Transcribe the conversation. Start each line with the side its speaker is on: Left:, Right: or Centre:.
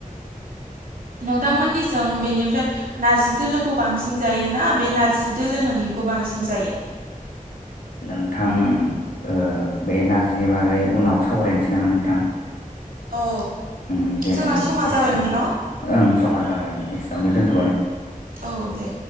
Right: नोंथांमोननिजों बेनिफ्राय नारजि दोलोखौ बांसिन जायोना? बे नारजि दोलो नङिखौ बांसिन जायो?
Left: नोंथां ओ बे नारजिनि बागै उनाव सावरायनोसै नामा नोंथां?
Right: औ
Left: ओम दोनै
Right: जोंना समा
Left: एसेयावनो
Right: जाबायमोन न'
Left: ओं समा जाबाय आं एसेयावनो दोनथ'
Right: औ दे।